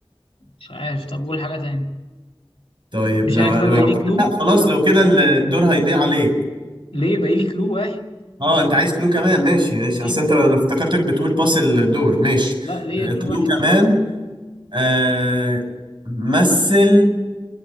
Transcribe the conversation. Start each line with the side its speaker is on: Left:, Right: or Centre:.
Left: مش عارف طب قول حاجة تاني
Right: طيب
Left: مش
Right: لا
Left: انا كده
Right: لو
Left: باقي لي
Right: كده
Left: كلو
Right: لا خلاص
Left: كده
Right: لو كده الدور هيضيع عليك
Left: ليه باقي لي كلو واحد
Right: اه انت عايز كلو كمان ماشي ماشي
Left: ايوه
Right: اصل انت انا افتكرتك بتقول باس الدور ماشي
Left: لا ليا
Right: كلو
Left: كلو واحد كمان
Right: كمان آه مثل